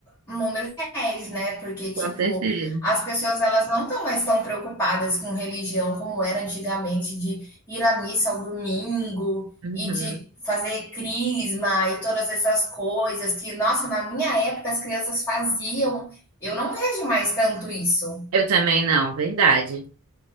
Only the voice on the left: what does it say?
o número de réis, né? Porque,
tipo,
as pessoas elas não estão mais tão preocupadas com religião como era antigamente, de ir à missa ao domingo
e de fazer crisma e todas essas coisas que, nossa, na minha época as crianças faziam. Eu não vejo mais tanto isso.